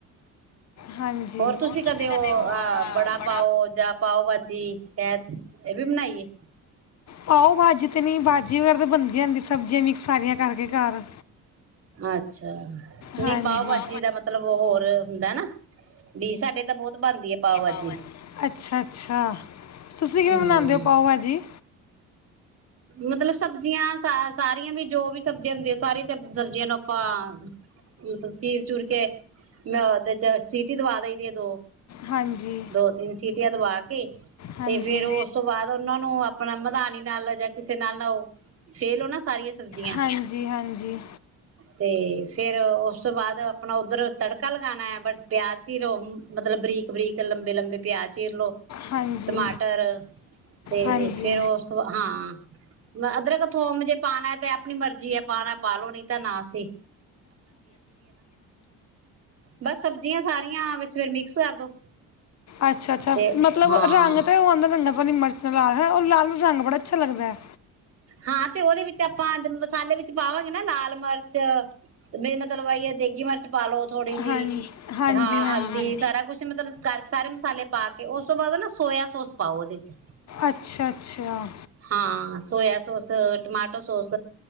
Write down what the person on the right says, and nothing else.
ਹੋਰ ਤੁਸੀਂ ਕਦੇ ਉਹ
ਅ ਬੜਾ ਪਾਓ ਜਾਂ ਪਾਓ ਭਾਜੀ ਹੈ ਇਹ ਵੀ ਬਣਾਈਏ
ਅੱਛਾ। ਨਹੀਂ
ਪਾਓ ਭਾਜੀ
ਮਤਲਬ ਹੋਰ ਹੁੰਦਾ ਨਾ ਵੀ ਸਾਡੇ ਤਾਂ ਬਹੁਤ ਬਣਦੀ ਹੈ ਪਾਓ ਭਾਜੀ
ਹਮ
ਮਤਲਬ, ਸਬਜ਼ੀਆਂ ਸਾਰੀਆਂ ਵੀ ਜੋ ਵੀ ਸਬਜ਼ੀਆਂ ਹੁੰਦੀ ਸਾਰੀਆਂ ਸਬਜ਼ੀਆਂ ਨੂੰ ਆਪਾਂ ਮਤਲਬ ਚੀਰ ਚੂੂਰ ਕੇ ਮੈਂ ਉਹਦੇ ਚ ਸੀਟੀ ਦਵਾ ਦਈ ਦੀ ਹੈ, ਦੋ
-ਦੋ ਤਿੰਨ ਸੀਟੀਆਂ ਦਵਾ ਕੇ
ਤੇ, ਫੇਰ ਉਸ ਤੋਂ ਬਾਅਦ ਉਹਨਾਂ ਨੂੰ ਆਪਣਾ ਮਧਾਨੀ ਨਾਲ ਕਿਸੇ ਨਾਲ ਨਾ ਉਹ ਫੇ ਲੋ ਨਾ ਸਾਰੀਆਂ ਸਬਜ਼ੀਆਂ
ਤੇ ਫੇਰ <inaudible> ਫਿਰ ਉਸ ਤੋਂ ਬਾਅਦ ਆਪਣਾ ਉੱਧਰ ਤੜਕਾ ਲਗਾਉਣਾ ਹੈ। ਪਿਆਜ਼ ਚੀਰੋ ਮਤਲਬ ਬਰੀਕ -ਬਰੀਕ ਲੰਬੇ- ਲੰਬੇ ਪਿਆਜ਼ ਚੀਰ ਲੋ,
ਟਮਾਟਰ ਤੇ
ਫਿਰ ਉਸ ਤੋਂ ਬਾ ਹਾਂ ਅਦਰਕ ਥੋਮ ਜੇ ਪਾਉਣਾ ਤੇ, ਆਪਣੀ ਮਰਜ਼ੀ ਐ, ਪਾਉਣਾ ਪਾਲੋ ਨੀ ਤਾਂ ਨਾਸੀ ਬਸ ਸਬਜ਼ੀਆਂ ਸਾਰੀਆਂ ਵਿੱਚ ਫਿਰ ਮਿਕਸ ਕਰ ਦੋ
ਤੇ
ਹਾਂ
ਹਾਂ ਤੇ ਉਹਦੇ ਵਿੱਚ ਆਪਾਂ ਮਸਾਲੇ ਵਿੱਚ ਪਾਵਾਂਗੇ ਨਾ, ਲਾਲ ਮਿਰਚ ਵੀ ਮਤਲਬ ਆਈ ਦੇਗੀ ਮਿਰਚ ਪਾ ਲਓ ਥੋੜ੍ਹੀ ਜਿਹੀ,
ਹਾਂ
ਹਲਦੀ ਸਾਰਾ ਕੁਛ ਮਤਲਬ ਕਰਕ ਸਾਰੇ ਮਸਾਲੇ ਪਾ ਕੇ, ਉਸ ਤੋਂ ਬਾਅਦ ਨਾ ਸੋਇਆ ਸੋਸ ਪਾਓ ਉਹਦੇ ਚ
ਹਾਂ ਸੋਇਆ ਸੋਸ, ਟਮਾਟੋ ਸੋਸ,